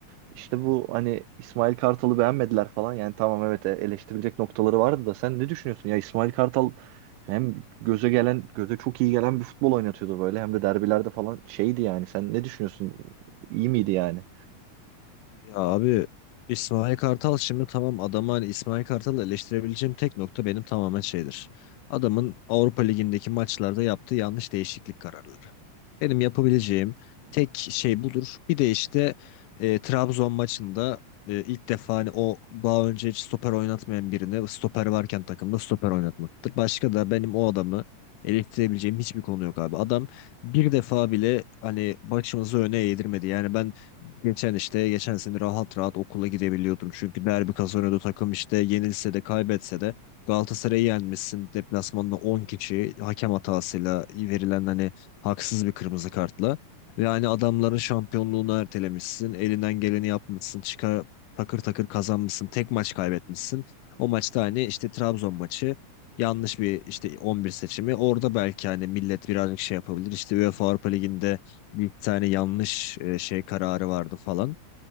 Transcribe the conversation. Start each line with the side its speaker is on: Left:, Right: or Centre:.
Right: işte bu hani İsmail Kartal'ı beğenmediler falan. Yani tamam evet e, eleştirilecek noktaları vardı da sen ne düşünüyorsun? Ya İsmail Kartal hem göze gelen, göze çok iyi gelen bir futbol oynatıyordu böyle. Hem de derbilerde falan şeydi yani. Sen ne düşünüyorsun? İyi miydi yani?
Left: Ya abi İsmail Kartal şimdi tamam adamı hani İsmail Kartal'ı eleştirebileceğim tek nokta benim tamamen şeydir. Adamın Avrupa Ligi'ndeki maçlarda yaptığı yanlış değişiklik kararları. Benim yapabileceğim tek şey budur. Bir de işte e, Trabzon maçında e, ilk defa hani o daha önce hiç stoper oynatmayan birini stoper varken takımda stoper oynatmaktır. Başka da benim o adamı eleştirebileceğim hiçbir konu yok abi. Adam bir defa bile hani başımızı öne eğdirmedi. Yani ben Geçen işte geçen sene rahat rahat okula gidebiliyordum. Çünkü derbi kazanıyordu takım işte yenilse de kaybetse de Galatasaray'ı yenmişsin. Deplasmanda 10 kişi hakem hatasıyla verilen hani haksız bir kırmızı kartla. Ve hani adamların şampiyonluğunu ertelemişsin. Elinden geleni yapmışsın. Çıkar takır takır kazanmışsın. Tek maç kaybetmişsin. O maçta hani işte Trabzon maçı yanlış bir işte 11 seçimi. Orada belki hani millet birazcık şey yapabilir. İşte UEFA Avrupa Ligi'nde bir tane yanlış e, şey kararı vardı falan.